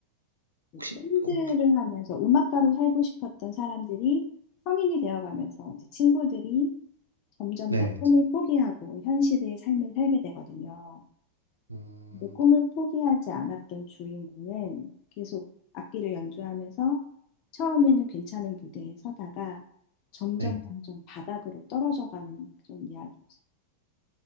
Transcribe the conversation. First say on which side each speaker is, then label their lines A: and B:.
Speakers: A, on the right (about 80°); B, on the left (about 40°).
A: 혹시,
B: 밴드를
A: 어,
B: 하면서 음악가로 살고 싶었던 사람들이 성인이 되어가면서 이제 친구들이 점점
A: 네.
B: 다 꿈을 포기하고 현실의 삶을 살게 되거든요.
A: 음,
B: 근데 꿈을 포기하지 않았던 주인공은 계속 악기를 연주하면서 처음에는 괜찮은 무대에 서다가 점점
A: 네.
B: 점점 바닥으로 떨어져가는 그런 이야기였어요.